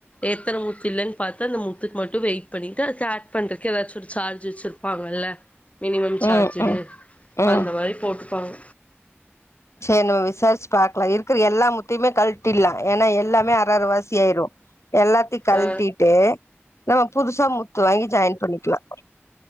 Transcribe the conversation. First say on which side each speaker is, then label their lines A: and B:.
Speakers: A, on the left; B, on the left.
A: எத்தன முத்து இல்லன் பாத்து அந்த முத்துக்கு மட்டு வெயிட் பண்ணிட்டு அதுக்கு ஆட் பண்றதுக்கு ஏதாச்சு ஒரு சார்ஜ் வச்சிருப் பாங்கள்ல மினிமம் சார்ஜுன்னு
B: ம் ம் ம்
A: அந்த மாரி போட்டுப்பாங்க
B: செரி நம்ம விசாரிச்சு பாக்லா இருக்கற எல்லா முத்தையுமே கல்ட்டில்லா ஏன்னா எல்லாமே அர அர வாசி ஆயிறோ எல்லாத்தையு கழட்டிட்டு
A: ஆ
B: நம்ம புதுசா முத்து வாங்கி ஜாயின் பண்ணிக்லா